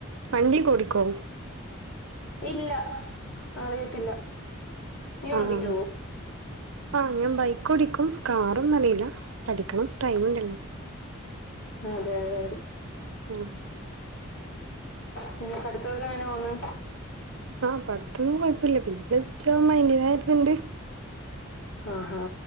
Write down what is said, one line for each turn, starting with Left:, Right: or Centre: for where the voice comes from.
Right: വണ്ടി കൊടു- ക്കും
Left: ഇല്ല അറിയത്തില്ല നീ
Right: ആഹ്
Left: ഓട്ടിക്കുവോ
Right: ആ ഞാൻ ബൈക്ക് ഓടിക്കും. കാറൊന്നും അറിയില്ല. പഠിക്കണം ടൈം ഇണ്ടല്ലോ
Left: അതെ അതെ
Right: ഉം
Left: പിന്നെ പഠിത്തൊക്കെ എങ്ങനെ പോണ്?
Right: ആ പഠിത്തൊന്നും കൊഴപ്പല്ല. പിന്നെ പ്ലസ് ടു ആവുമ്പോ അയ്‌ന്റെതായ ഒരു ഇത്ണ്ട്
Left: ആ ഹാ